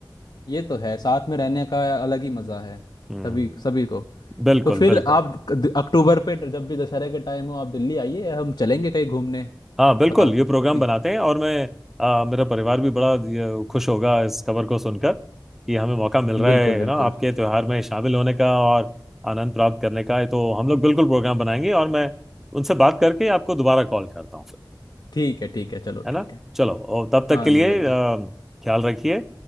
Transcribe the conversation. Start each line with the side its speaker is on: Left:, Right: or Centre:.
Left: ये तो है साथ में रहने का अलग ही मज़ा है
Centre: हम्म
Left: सभी सभी को
Centre: बिल्कुल
Left: तो फिर
Centre: बिल्कुल
Left: आप द- अक्टूबर पे जब भी दशहरे के टाइम हो आप दिल्ली आइए हम चलेंगे कहीं घूमने
Centre: हाँ बिल्कुल
Left: बताओ
Centre: ये प्रोग्राम
Left: ये-
Centre: बनाते हैं और मैं आ, मेरा परिवार भी बड़ा ये, खुश होगा इस खबर को सुनकर कि हमें मौका मिल रहा
Left: बिल्कुल
Centre: है
Left: बिल्कुल
Centre: ना आपके त्योहार में शामिल होने का और आनंद प्राप्त करने का है तो हम लोग बिल्कुल प्रोग्राम बनाएंगे और मैं उनसे बात करके आपको दोबारा कॉल करता हूँ फिर
Left: ठीक है ठीक है चलो
Centre: है ना
Left: ठीक है
Centre: चलो और तब तक
Left: हाँ
Centre: के लिए
Left: जी हाँ
Centre: आ,
Left: जी
Centre: ख्याल रखिए